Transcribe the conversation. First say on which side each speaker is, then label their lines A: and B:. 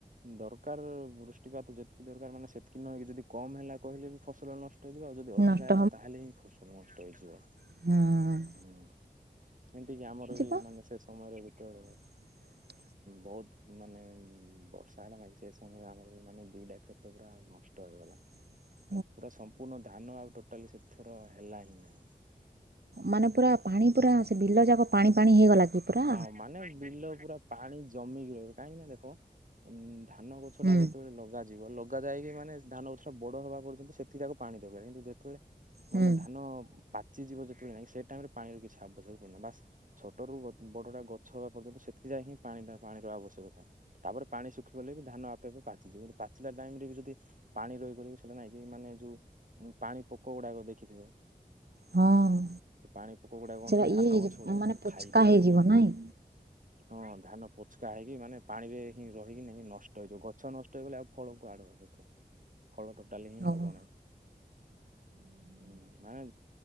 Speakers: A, on the right; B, on the right.
A: ଦରକାର ବୃଷ୍ଟିପାତ ଯେତିକି ଦରକାର ମାନେ ସେତିକି ନହେକି ଯଦି କମ ହେଲା କହିଲେ ବି ଫସଲ ନଷ୍ ଟ ଇଯିବ ଆଉ ଯଦି ଅଧିକା
B: ନଷ୍ଟ
A: ହେଲା ତାହେଲେ ହିଁ ଫସଲ ନଷ୍ଟ ହେଇଯିବ।
B: ହଁ।
A: ହୁଁ ସେମିତିକି ଆମର ବି
B: ପା।
A: ମାନେ ସେ ସମୟରେ ଭିତ
B: <inaudible>
A: ବହୁତ ମାନେ ବର୍ଷା ହେଲା ଲାଗଛି ସେ ସମୟରେ ଆମର ବି ମାନେ ଦିଟା କ୍ଷେତ ପୁରା ନଷ୍ ଟହେଇଗଲା।
B: <inaudible>
A: ପୁରା ସମ୍ପୂର୍ଣ୍ଣ ଧାନ ଆଉ ଟୋଟାଲି ସେଥିର ହେଲା ହିଁ ନାହିଁ।
B: ମାନେ ପୁରା ପାଣି ପୁରା ସେ ବିଲ ଯାକ ପାଣି ପାାଣି ହେଇଗଲା କି ପୁରା।
A: ହଁ ମାନେ ବିଲ ପୁରା ପାଣି ଜମିକି ରହିବ କାହିଁକି ନା ଦେଖ ଉ ଧାନ ଗଛ
B: ହୁଁ
A: ଟା ଯେତେବେଳେ ଲଗାଯିବ ଲଗା ଯାଇକି ମାନେ ଧାନ ଗଛ ଟା ବଡ ହେବା ପର୍ଯ୍ୟନ୍ତ ସେ ତାକୁ ପାଣି ଦେବେନି କିନ୍ତୁ ଯେତେବେଳେ ମାନେ
B: ହୁଁ
A: ଧାନ ପାଚିଯିବ ଯେତେବେଳେ ନାଇଁ ସେଇ ଟାଇମ ରେ ପାଣିର କିଛି ଆବଶ୍ୟକ ବାସ୍ ଛୋଟରୁ ବଡଟା ଗଛ ହବା ପର୍ଯ୍ୟନ୍ତ ସେତିକି ଯାଏ ହିଁ ପାଣିଟା ପାଣିର ଆବଶ୍ୟକ ଥାଏ। ତାପରେ ପାଣି ଶୁଖି ଗଲେ ବି ଧାନ ଆପେ ଆପେ ପାଚଯିବ କିନ୍ତୁ ପାଚିଲା ଟାଇମରେ ବି ଯଦି ପାଣି ରହିବ ସେଇଟା ନାଇଁକି ମାନେ ଯୋଉ ପାଣି ପୋକ ଗୁଡାକ ଦେଖିଥିବ।
B: ହଁ।
A: ସେ ପାଣି ପୋକ ଗୁଡା କଣ
B: ସେଟା
A: କି ଧାନ
B: ଇଏ ହେଇଯିବ
A: ଗଛ ଗୁଡାକ
B: ମାନେ
A: ସବୁ
B: ପୋଚକା
A: ଖାଇ ଦିଅନ୍ତି।
B: ହେଇଯିବ ନାଇଁ?
A: ହଁ ଧାନ ପୋଚକା ହେଇକି ମାନେ ପାଣିରେ ହିଁ ରହିକି ନେଇକି ନଷ୍ଟ ହେଇଯିବ ଗଛ ନଷ୍ଟ ହେଇଗଲେ ଆଉ ଫଳ କୁଆଡୁ ହବ। ଫଳ ଟୋଟାଲି ହିଁ
B: ଓହୋ
A: ହବ ନାହିଁ। ହୁଁ ମାନେ